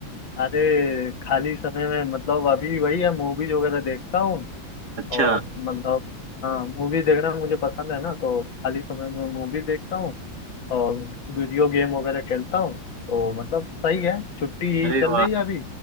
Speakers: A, on the left (about 70°); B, on the right (about 55°).
A: अरे खाली समय में मतलब अभी वही है मूवीज वगैरह देखता हूँ
B: अच्छा
A: और मतलब हाँ मूवी देखना मुझे पसंद है ना तो खाली समय में मूवी देखता हूँ और वीडियो गेम वगैरह खेलता हूँ तो मतलब सही है छुट्टी यही
B: अरे
A: चल
B: वाह
A: रही है अभी